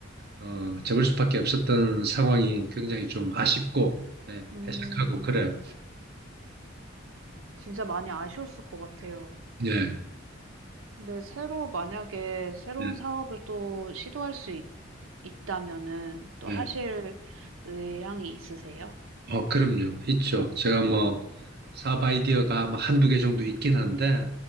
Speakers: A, on the right (about 50°); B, on the right (about 85°).
A: 어, 접을 수밖에 없었던 상황이 굉장히 좀 아쉽고, 예,
B: 음.
A: 석하고 그래요.
B: 진짜 많이 아쉬웠을 것 같아요.
A: 예,
B: 근데 새로 만약에 새로운
A: 예,
B: 사업을 또 시도할 수 있, 있다면은 또
A: 예.
B: 하실 의향이 있으세요?
A: 어, 그럼요. 있죠. 제가 뭐, 사업 아이디어가 뭐 한두 개 정도 있긴 한데,